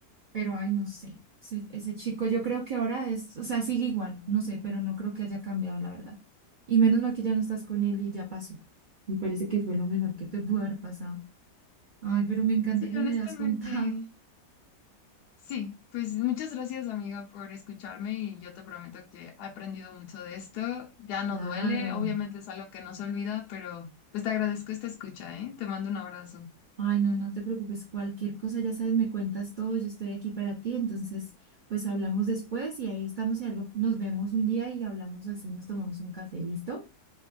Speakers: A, on the right; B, on the left.
A: pero ay, no sé, ese, ese chico yo creo que ahora es, o sea, sigue igual, no sé, pero no creo que haya cambiado, la verdad. Y menos mal que ya no estás con él y ya pasó. Me parece que fue lo mejor que te pudo haber pasado. Ay, pero me encanta
B: Sí,
A: que
B: honestamente,
A: me hayas <laughs> contado.
B: Sí, pues muchas gracias amiga por escucharme y yo te prometo que he aprendido mucho de esto. Ya
A: Claro.
B: no duele, obviamente es algo que no se olvida, pero pues te agradezco esta escucha, ¿eh? Te mando un abrazo.
A: Ay, no, no te preocupes, cualquier cosa, ya sabes, me cuentas todo, yo estoy aquí para ti, entonces, pues hablamos después y ahí estamos, y algo, nos vemos un día y hablamos así, nos tomamos un café, ¿listo?